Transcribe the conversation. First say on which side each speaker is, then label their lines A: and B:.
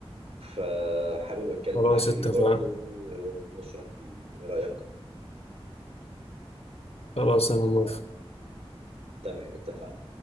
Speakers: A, on the right; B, on the left.
A: فحابب اتكلم
B: خلاص
A: معاك فيه
B: اتفقنا
A: برضه و- ونشرح فيه ايه رأيك
B: خلاص انا موافق
A: تمام اتفقنا